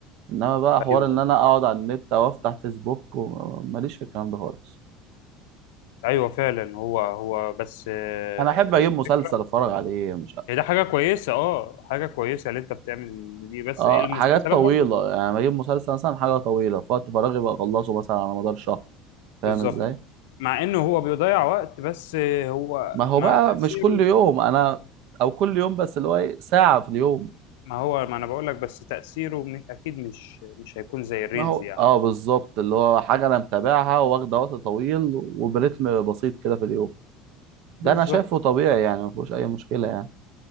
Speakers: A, on the right; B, on the left.
A: انما بقى حوار
B: ايوه
A: ان
B: ايوه
A: انا اقعد على النت او افتح فيسبوك و- ماليش في الكلام ده خالص
B: أيوة فعلا هو هو بس آه،
A: انا احب اجيب مسلسل
B: الفكره
A: اتفرج عليه مش عارف.
B: هي ده حاجه كويسه اه حاجه كويسه اللي انت بتعمل دي بس
A: اه
B: المسلسلات
A: حاجات طويله
B: برضو
A: يعني بجيب مسلسل مثلا حاجه طويله في وقت فراغي بخلصه مثلا على مدار شهر فاهم
B: بالظبط
A: ازاي
B: مع انه هو بيضيع وقت بس آه، هو
A: ما هو
B: ما
A: بقى
B: تاثيره
A: مش كل يوم انا او كل يوم بس اللي هو ايه ساعة في اليوم
B: ما هو ما انا بقول لك بس تاثيره مش اكيد مش مش هيكون زي الريلز
A: ما هو
B: يعني
A: اه بالظبط اللي هو حاجة انا متابعها واخدة وقت طويل وبرتم بسيط كده في اليوم ده
B: بالظبط
A: انا شايفه طبيعي يعني ما فيهوش اي مشكلة يعني